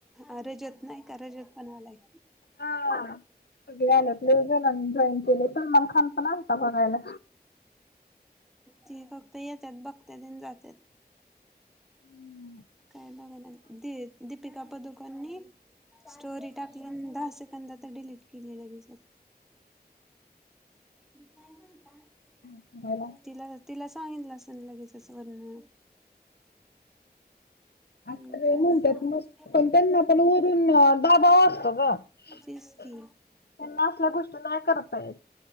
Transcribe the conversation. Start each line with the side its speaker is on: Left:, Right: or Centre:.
Centre: अ रजत नाही का रजत पण आलाय.
Left: हा सगळी आल्यातं लई जणाणी जाॅईन केलंय, सनमान खान पण आलता बघायला.
Centre: ती फक्त येत्यांत बघत्यात आणि जात्यात.
Left: <inaudible>
Centre: काय नावानं दी-दीपिका पदुकोननी स्टोरी टाकली अन दहा सेकंदात त डिलीट केली लगेच. अ काय म्हणता,
Left: बघायला
Centre: तिला. तिला सांगितलं असंल लगेचच वरणं. हम्म
Left: आता जाईल
Centre: त्या
Left: म्हणत्यांत मस पण त्यांना पण वरून दबाव असतो ग,
Centre: तेच की
Left: त्यांना असल्या गोष्टी नाही करता येत.